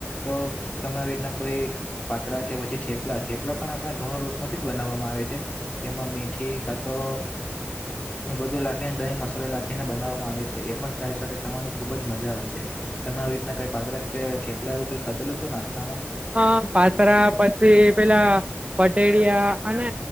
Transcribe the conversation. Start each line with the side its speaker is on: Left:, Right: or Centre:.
Left: તો તમે આવી રીતના કોઈ પાત્રા કે પછી થઠેપલા થેપલા પણ આપણે ઘવનો લોટ માંથી જ બનાવવામાં આવે છે તેમાં મીઠ કતો એ બધું લાખે ને દહીં મસાલા લાખે એને બનાવવામાં આવે છે. એ પણ ચાય સાથે ખાવાની ખૂબ જ મજા આવે છે. તમે આવી રીતના કઈક પાત્રા કે‌ થેપલા કઈ આવું ખાધેલુ છો, નાસ્તામાં
Right: અ પાથરા પછી પેલા પટેળિયા અને